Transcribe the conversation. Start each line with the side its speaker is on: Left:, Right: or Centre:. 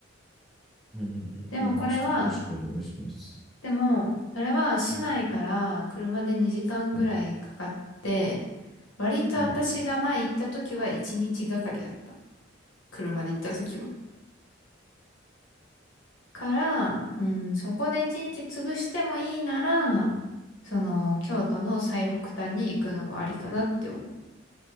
Centre: うんもうちょっと詳しくお願いします。
Left: でもこれは、でも、それは市内から車で2時間ぐらいかかって、
Centre: うんはい。
Left: 割と私が前行った時は1日がかりだった。
Centre: はい。
Left: 車で行った時は。から、うん、そこで一日潰してもいいなら、その、京都の最北端に行くのもありかなって思う。